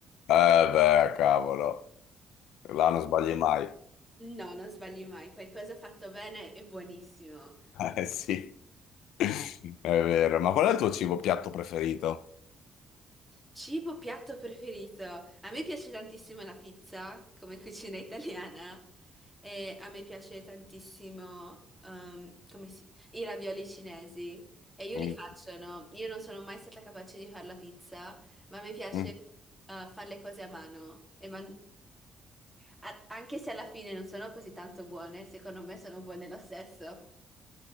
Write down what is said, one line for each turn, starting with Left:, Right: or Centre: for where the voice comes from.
Left: eh beh, cavolo, là non sbagli mai.
Centre: No, non sbagli mai. Qualcosa fatto bene è buonissimo.
Left: Eh sì, <laughs> è vero. Ma qual è il tuo cibo piatto preferito?
Centre: Cibo piatto preferito. A me piace tantissimo la pizza, come cucina italiana, e a me piace tantissimo ehm, come si- i ravioli cinesi. E io
Left: Mm,
Centre: li faccio, no? Io non sono mai stata capace di fare la pizza, ma a me piace
Left: mm.
Centre: eh, fare le cose a mano. E man- a- anche se alla fine non sono così tanto buone, secondo me sono buone lo stesso.